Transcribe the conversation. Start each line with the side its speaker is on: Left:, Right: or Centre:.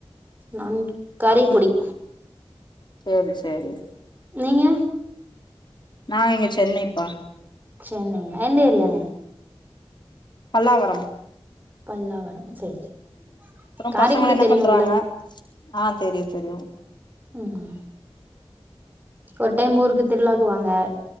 Right: நான் காரைக்குடி
Left: சேரி சேரி
Right: நீங்க
Left: நா இங்க சென்னைப்பா
Right: சென்னை எந்த ஏரியா
Left: பல்லாவரம்
Right: பல்லாவரம் செரி செரி
Left: அப்புறோ
Right: காரைக்குடி
Left: பசங்களா என்ன
Right: தெரியுல
Left: பண்றாங்க ஆ தெரியு தெரியு
Right: ம் ஒரு டைம் ஊருக்கு திருவிழாக்கு வாங்க